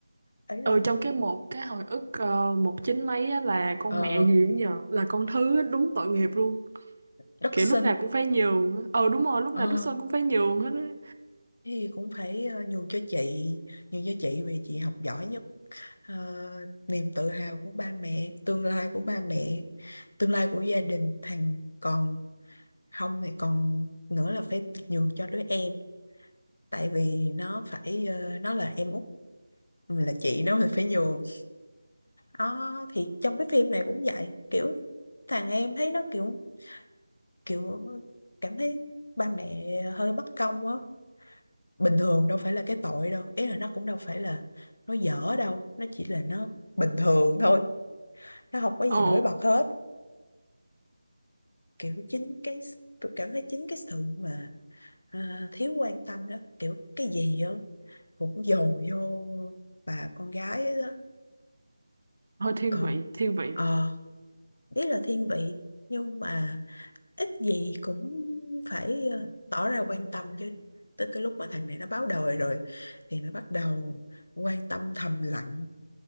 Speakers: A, on the left (about 65°); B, on the right (about 50°).
A: ấy
B: ờ
A: là
B: trong cái một cái hồi ức ờ, một chín mấy á, là con
A: ờ
B: mẹ gì cũng nhờ là con thứ á, đúng tội nghiệp luôn
A: đất
B: kiểu
A: sinh
B: lúc nào cũng phải nhường á. ờ đúng rồi lúc
A: ờ
B: nào Đức Sơn cũng phải nhường hết á
A: thì cũng phải ờ, nhường cho chị nhường cho chị vì chị học giỏi nhất Ờ, niềm tự hào của ba mẹ tương lai của ba mẹ tương lai của gia đình thằng còn không thì còn nữa là phải nhường cho đứa em tại vì nó phải ờ, nó là em út mình là chị nó mình phải nhường đó thì trong cái phim này cũng vậy kiểu thằng em thấy nó kiểu kiểu cảm thấy ba mẹ hơi bất công á bình thường đâu phải là cái tội đâu ý là nó cũng đâu phải là nó dở đâu nó chỉ là nó bình thường thôi nó không có gì
B: ờ
A: nổi bật hết kiểu chính cái s- tôi cảm thấy chính cái sự mà à, thiếu quan tâm đó kiểu cái gì đó cũng dồn vô bà con gái ấy đó
B: hơi thiên
A: còn
B: vị thiên vị
A: ờ biết là thiên vị nhưng mà ít gì cũng phải ờ, tỏ ra quan tâm chứ tới cái lúc mà thằng này nó báo đời rồi thì nó bắt đầu quan tâm thầm lặng